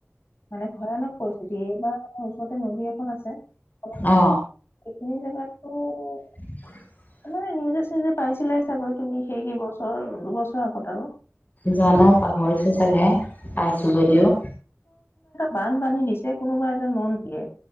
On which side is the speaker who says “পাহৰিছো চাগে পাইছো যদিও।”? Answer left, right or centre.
Left